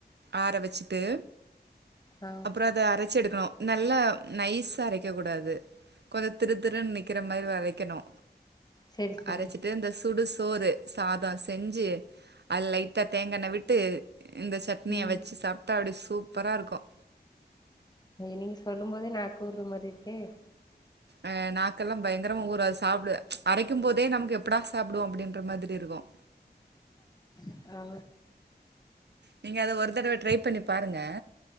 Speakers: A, on the right; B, on the left.
A: ஆற வச்சுட்டு
B: ஆ
A: அப்பறோ அத அரைச்சு எடுத் க்கணு நல்ல நைஸா அரைக்கக்கூடாது கொஞ்சோ திரு திருன்னு நிற்கிற மாரி அரைக்கணு
B: செரி செரி
A: அரச்சிட்டு இந்த சுடுசோறு சாதோ செஞ்சு அதுல லைட்டா தேங்கண்ண விட்டு இந்த சட்னிய
B: ம்
A: வச்சு சாப் ப்ட்டா அப்டி சூப்பராக இருக்கும்
B: நீங்க சொல்லும் போதே நா ஊறுற மாரி இருக்கே
A: ஆ நா கெல்லாம் பயங்கரமா ஊற சாப் அரைக்கும் போதே நமக்கு எப்படா சாப்டுவோ அப்டின்ற மாதிரி இருக்கும்
B: ஆ
A: நீங்க அத ஒரு தடவ ட்ரை பண்ணி பாருங்க